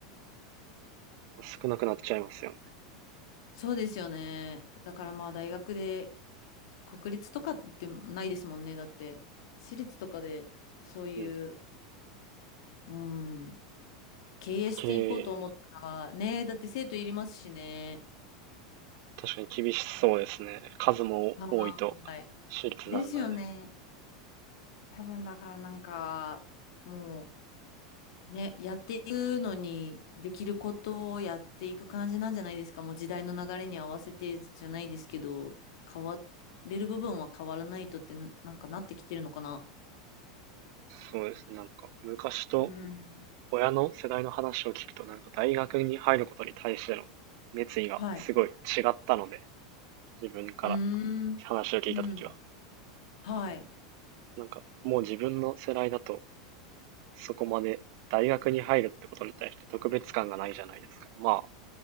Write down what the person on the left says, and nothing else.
そうですよね。だからまあ大学で、国立とかってないですもんね。だって、私立とかで、そういう、
うん、経営していこうと思ったら、
ねえ、だって生徒いりますしね。
はーい。
ですよね。多分だからなんか、もうね、やっていくのに、できることをやっていく感じなんじゃないですか。もう時代の流れに合わせてじゃないですけど、変われる部分は変わらないとって、なんかなってきてるのかな。
うん。
はい。
うーん。
うん。はい。